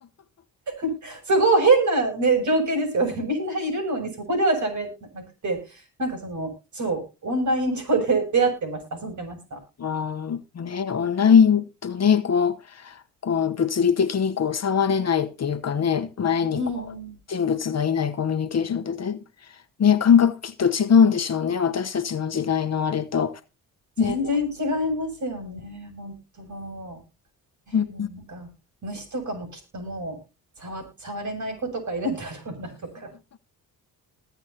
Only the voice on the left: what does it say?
うん、ね、オンラインとね、こう、こう物理的にこう触れないっていうかね、前にこう人物がいないコミュニケーションってね、
ね、感覚きっと違うんでしょうね、私たちの時代のあれと。
ね、
うん、